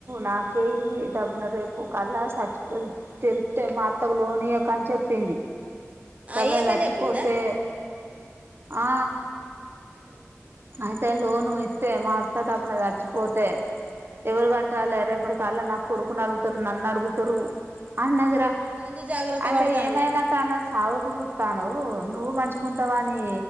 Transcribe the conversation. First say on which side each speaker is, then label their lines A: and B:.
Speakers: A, on the right; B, on the right.
A: నాకే ఈ దడబ్బున రేపు కల్లా సచ్చిపో తెస్తతే మా అత్తకు లోనియక అని చెప్పింది తప్పుడ
B: అయ్యాకని
A: వచ్చిపోతే
B: చెప్పిందా
A: ఆ
B: అ
A: అయితే లోను ఇస్తే మా అత్త తప్పునది చచ్చిపోతే ఎవరు కట్టాలి రేపు ఇప్పటికళ్ల నాకు కొడుకుని అడుగుతారు నన్ను అడుగుతారు అన్నదురా
B: ముందు జాగ్రత్త
A: అంటే
B: పడతాంది
A: ఏమైనా తన సాగుకు చూస్తాను నువ్వు మంచకుంటావ అని